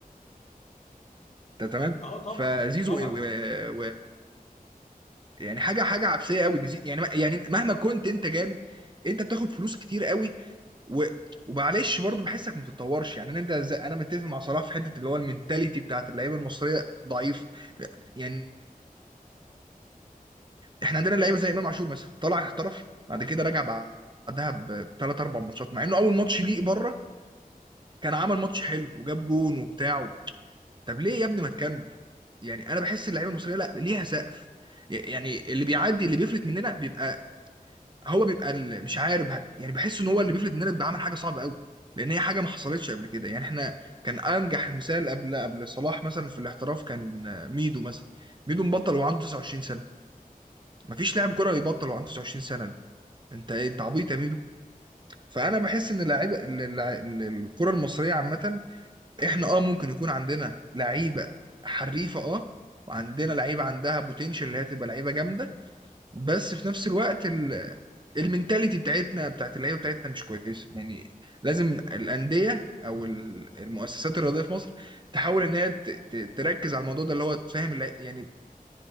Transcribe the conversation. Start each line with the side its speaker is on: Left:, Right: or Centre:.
Right: انت تمام
Left: اه طبعا
Right: فزيزو
Left: طبعا
Right: و... و... يعني حاجه حاجه عبثيه قوي ان زي... يعني يعني مهما كنت انت جامد انت بتاخد فلوس كتير قوي و... ومعلش برضه بحسك ما بتتطورش يعني انت زي... انا متفق مع صلاح في حته اللي هو المنتاليتي بتاعت اللعيبه المصريه ضعيف يعني احنا عندنا لعيبه زي امام عاشور مثلا طلع احترف بعد كده رجع بعدها بثلاث اربع ماتشات مع انه اول ماتش ليه بره كان عمل ماتش حلو وجاب جون وبتاع طب ليه يا ابني ما تكمل يعني انا بحس اللعيبه المصريه لا ليها سقف يعني اللي بيعدي اللي بيفلت مننا بيبقى هو بيبقى ال- مش عارف بح- يعني بحس ان هو اللي بيفلت مننا بيبقى عامل حاجه صعبه قوي لان هي حاجه ما حصلتش قبل كده يعني احنا كان انجح المثال قبل قبل صلاح مثلا في الاحتراف كان آه، ميدو مثلا ميدو مبطل وعنده 29 سنه مفيش لاعب كره يبطل وعنده 29 سنه انت ايه انت عبيط يا ميدو فانا بحس ان اللعيبه ال- ال- ال- الكره المصريه عامه احنا اه ممكن يكون عندنا لعيبه حريفه اه وعندنا لعيبه عندها بوتنشال اللي هي تبقى لعيبه جامده بس في نفس الوقت ال... المينتاليتي بتاعتنا بتاعت اللعيبه بتاعتنا مش كويسه يعني لازم الانديه او ال- المؤسسات الرياضيه في مصر تحاول ان هي ت... ت... تركز على الموضوع ده اللي هو تفهم اللع- يعني